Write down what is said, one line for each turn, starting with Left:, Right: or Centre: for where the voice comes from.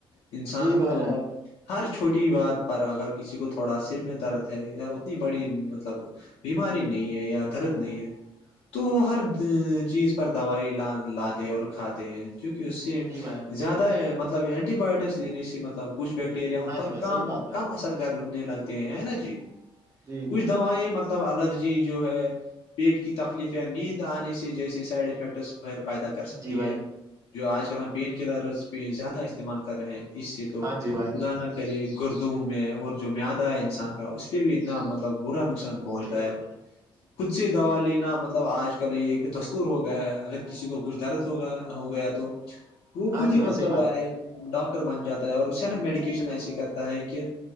Left: انسان
Right: جی
Left: کو
Right: بھائی
Left: مطلب
Right: جان
Left: ہر چھوٹی بات پر اگر کسی کو تھوڑا سر میں درد ہے یا اتنی بڑی مطلب بیماری نہیں ہے یا درد
Right: جی بھائی
Left: نہیں
Right: جان
Left: ہے تو ہر چیز پر دوائی ل لاتے ہیں اور کھاتے ہیں کیونکہ اس سے
Right: جی بھائی جان
Left: زیادہ مطلب مطلب اینٹی بایوٹکس دیینی سی مطلب کچھ بیکٹیریا ان
Right: ہاں
Left: پر
Right: جی بھائی صحیح
Left: کام
Right: بات بولے
Left: کم اثر کرنے لگتا ہیں نا جی
Right: جی
Left: کچھ دوائیں مطلب الرجی جو ہے پیٹ کی تکلیف یا نیند آنے سے جیسے سائڈ افیکٹ پھر پیدا کر سکتی
Right: جی بھائی
Left: ہے
Right: جان،
Left: جو آج کل ہم پین کلرز پہ زیادہ استعمال کر رہے ہیں اس سے تو
Right: ہاں جی بھائی
Left: خدا نہ پے گردوں میں اور جو مد آ ہے انسان کا اس پہ بھی اتنا مطلب برا نقصان پہنچتا
Right: صحیح بات
Left: ہے
Right: بولے
Left: خود سے دوا لینا مطلب آج کل یہ دست ہو گیا ہے اگر کسی کو کچھ درد ہویا ہو گیا تو وہ
Right: ہاں
Left: خود
Right: جی
Left: ہی
Right: بھائی
Left: مطلب
Right: صحیح بات
Left: آئے
Right: بولے
Left: ڈاکٹر بن جاتا ہے اور سیلف میڈیکیشن ایسے کرتا ہے کہ